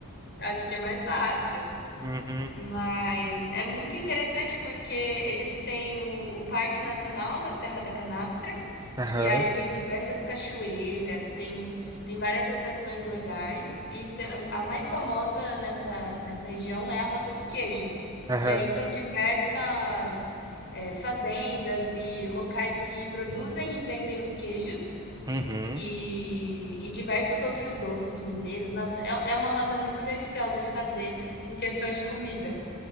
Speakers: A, on the left (about 50°); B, on the right (about 15°).
A: acho que é mais fácil.
B: Uhum.
A: Mas é muito interessante, porque eles têm o o Parque Nacional da Serra da Canastra,
B: Aham.
A: que aí tem diversas cachoeiras, tem tem várias atrações legais e te a mais famosa nessa nessa região é a Rota do Queijo,
B: Aham.
A: que aí são diversas, eh, fazendas e locais que produzem e vendem os queijos,
B: Uhum.
A: e e diversos outros doces mineiros. Nossa, é é uma rota muito deliciosa de fazer em questão de comida.